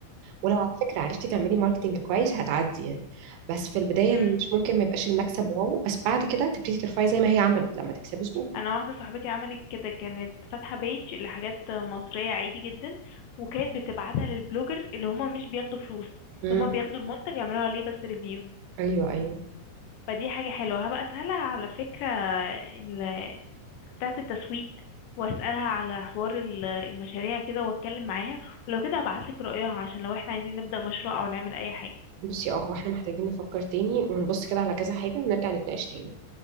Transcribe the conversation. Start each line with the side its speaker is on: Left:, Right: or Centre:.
Right: ولو على فكرة عرفتي تعملي ماركتينج كويس هتعدي يعني بس في البداية
Left: امم
Right: مش ممكن ما يبقاش المكسب واو بس بعد كده تبتدي ترفعي زي ما هي عملت لما تكسبي زبون
Left: انا واحده صاحبتي عملت كده كانت فاتحه بيج لحاجات مصريه عادي جدا وكانت بتبعتها للبلوجر اللي هما مش بياخدوا فلوس اللي
Right: امم
Left: هما بياخدوا المنتج يعملوا عليه بس ريفيو
Right: ايوه ايوه
Left: فدي حاجه حلوه هبقى اسالها على فكره ال- بتاعه التسويق واسالها على حوار ال- المشاريع كده واتكلم معاها ولو كده هبعتلك رايها عشان لو احنا عايزين نبدا مشروع او نعمل اي حاجه
Right: بصي اه هو احنا محتاجين نفكر تاني ونبص كده على كذا حاجة ونرجع نتناقش تاني